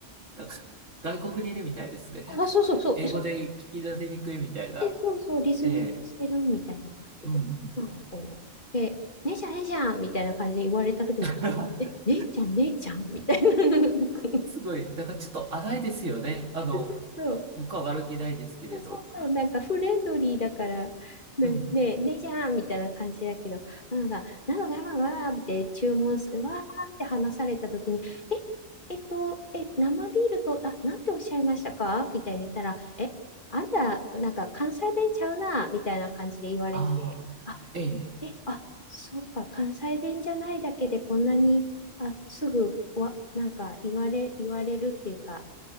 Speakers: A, on the right; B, on the left.
A: なんか外国にいるみたいですね。
B: あ、そうそうそう、
A: <laughs> 英語で聞き出せにくいみたいな、
B: そう、えそうそう、リスニングしてるみたいな感じで。
A: ええ、うんうん。
B: なんかこの、で、姉ちゃん、姉ちゃんみたいな感じで言われた時も、
A: <laughs>
B: え、え、姉ちゃん、姉ちゃんみたいな。<laughs>
A: すごい、だからちょっと荒いですよね。あの、
B: そうそう
A: 僕は悪気ないですけれど。
B: そうそう、なんかフレンドリーだから、ね、
A: うん
B: ね、ねじゃんみたいな感じだけど、なんか、なのだわわわって注文す、わーって話されたときに、え、えっと、え、生ビールと、あ、なんておっしゃいましたかみたいに言ったら、え、あんた、なんか関西弁ちゃうな、みたいな感じで言われて、
A: ああ、
B: あ、
A: ええ、
B: え、あ、そうか、関西弁じゃないだけでこんなに、あ、すぐわ、なんか言われ、言われるっていうか、